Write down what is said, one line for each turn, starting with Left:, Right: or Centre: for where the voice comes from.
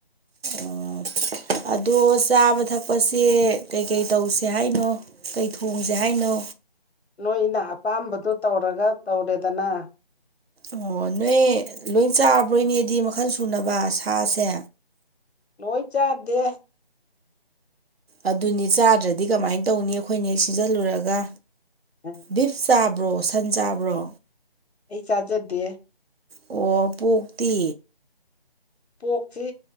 Right: ꯑꯣ ꯑꯗꯣ ꯆꯥꯕ ꯊꯛ ꯄꯥꯁꯦ ꯀꯩꯀꯩ ꯇꯧꯁꯦ ꯍꯥꯏꯅꯣ ꯀꯩ ꯊꯣꯡꯖꯦ ꯍꯥꯏꯅꯣ
Left: ꯅꯣꯏꯅ ꯑꯄꯥꯝꯕꯗꯣ ꯇꯧꯔꯒ ꯇꯧꯔꯦꯗꯅ
Right: ꯑꯣ ꯅꯣꯏ ꯂꯣꯏ ꯆꯥꯕ꯭ꯔꯣ ꯏꯅꯦꯗꯤ ꯃꯈꯜ ꯁꯨꯅꯕ ꯁꯥꯁꯦ
Left: ꯂꯣꯏ ꯆꯥꯗꯦ
Right: ꯑꯗꯨꯅꯤ ꯆꯥꯗ꯭ꯔꯗꯤ ꯀꯃꯥꯏꯟ ꯇꯧꯅꯤ ꯑꯩꯈꯣꯏꯅ ꯍꯦꯛ ꯁꯤꯖꯜꯂꯨꯔꯒ
Left: ꯎꯝ
Right: ꯕꯤꯐ ꯆꯥꯕ꯭ꯔꯣ ꯁꯟ ꯆꯥꯕ꯭ꯔꯣ
Left: ꯑꯩ ꯆꯥꯖꯗꯦ
Right: ꯑꯣ ꯄꯣꯛꯇꯤ
Left: ꯄꯣꯛꯁꯤ